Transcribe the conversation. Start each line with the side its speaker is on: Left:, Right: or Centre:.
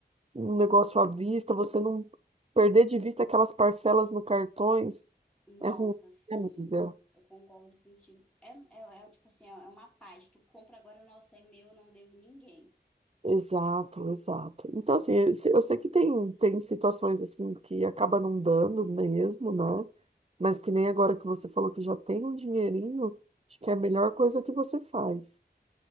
Right: um negócio à vista, você não perder de vista aquelas parcelas no cartões,
Centre: Nossa,
Right: é ruim,
Centre: sim,
Right: né, amiga.
Centre: eu concordo contigo. É, é, é o tipo assim, é é uma paz. Tu compra agora, nossa, é meu, eu não devo ninguém.
Right: Exato, exato. Então, assim, eu se- eu sei que tem, tem situações assim que acaba não dando mesmo, né? Mas que nem agora que você falou que já tem um dinheirinho, acho que é a melhor coisa que você faz.